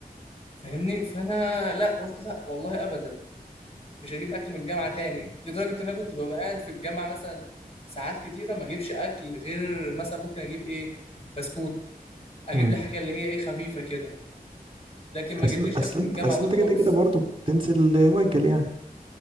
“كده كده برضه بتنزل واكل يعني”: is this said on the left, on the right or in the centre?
Right